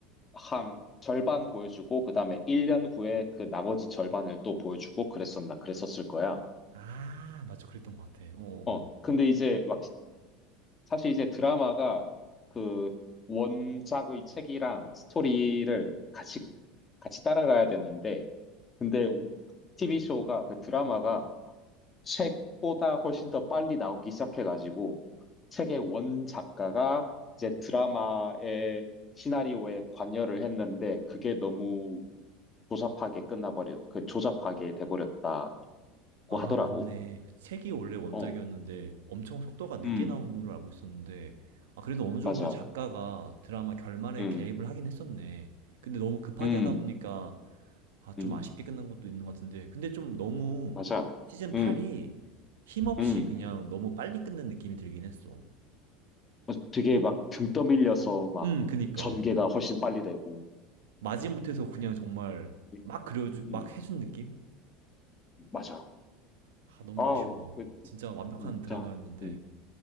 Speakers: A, on the left; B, on the right.
A: 한 절반 보여주고 그다음에 1년 후에 그 나머지 절반을 또 보여주고 그랬었나 그랬었을 거야.
B: 아, 맞아. 그랬던 것 같아. 어. 어.
A: 어, 근데 이제 막 시- 사실 이제 드라마가 그 원작의 책이랑 스토리를 같이 같이 따라가야 되는데 근데 TV 쇼가 그 드라마가 책보다 훨씬 더 빨리 나오기 시작해가지고 책의 원 작가가 이제 드라마의 시나리오에 관여를 했는데 그게 너무 조잡하게 끝나버렸, 그 조잡하게 돼버렸다고
B: 아,
A: 하더라고.
B: 맞네. 책이 원래 원작이었는데
A: 어,
B: 엄청 속도가 늦게
A: 음,
B: 나온 걸로 알고 있었는데, 아, 그래도 어느 정도
A: 맞아.
B: 작가가 드라마 결말에
A: 음,
B: 개입을 하긴 했었네. 근데 너무 급하게
A: 음,
B: 하다 보니까, 아, 좀
A: 음,
B: 아쉽게 끝난 것도 있는 것 같은데. 근데 좀 너무
A: 맞아.
B: 시즌
A: 음,
B: 8이 힘없이
A: 음.
B: 그냥 너무 빨리 끝낸 느낌이 들긴 했어.
A: 어, 되게 막 등 떠밀려서 막
B: 음, 그니까.
A: 전개가 훨씬 빨리 되고.
B: 마지못해서 그냥 정말
A: 음,
B: 막 그려주,
A: 음.
B: 막 해준 느낌?
A: 맞아.
B: 아, 너무
A: 아우,
B: 아쉬워.
A: 그,
B: 진짜 완벽한
A: 음,
B: 드라마였는데.
A: 자, 음.